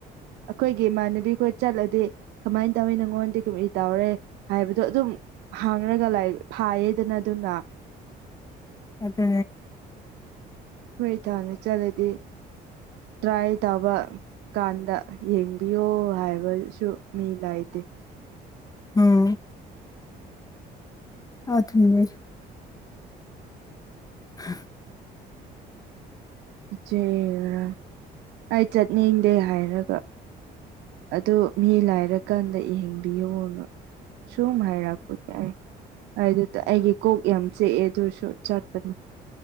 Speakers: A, on the right; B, on the left.
A: ꯑꯩꯈꯣꯏꯒꯤ ꯏꯃꯥꯟꯅꯕꯤꯈꯣꯏ ꯆꯠꯂꯗꯤ ꯀꯃꯥꯏꯅ ꯇꯧꯏ ꯅꯪꯉꯣꯟꯗꯤ ꯀꯩꯃꯩ ꯇꯧꯔꯦ ꯍꯥꯏꯕꯗꯣ ꯑꯗꯨꯝ ꯍꯥꯡꯉꯒ ꯂꯥꯏ ꯐꯥꯏꯌꯦꯗꯅ ꯑꯗꯨꯅ
B: ꯑꯗꯨ
A: ꯍꯣꯏ ꯊꯥꯅꯤ ꯆꯠꯂꯗꯤ ꯇ꯭ꯔꯥꯏ ꯇꯥꯕ ꯀꯥꯟ ꯗ ꯌꯦꯡꯕꯤꯌꯣ ꯍꯥꯏꯕꯁꯨ ꯃꯤ ꯂꯩꯥꯏꯇꯦ
B: ꯎꯝ ꯑꯊ ꯃꯤꯅꯤꯖ <inaudible> <unintelligible>
A: ꯏꯆꯦꯔ ꯑꯩ ꯆꯠꯅꯤꯡꯗꯦ ꯍꯥꯏꯔꯒ ꯑꯣ ꯃꯤ ꯂꯥꯏꯔꯀꯥꯟꯗ ꯌꯦꯍꯡꯕꯤꯌꯨꯅ ꯁꯨꯝ ꯍꯥꯏꯔꯛꯄꯅꯦ ꯑꯩ ꯑꯗꯨ ꯑꯩꯒꯤ ꯀꯣꯛ ꯌꯥꯝ ꯆꯦꯛꯑꯦ ꯑꯗꯨꯁꯨ ꯆꯠꯄꯅꯤ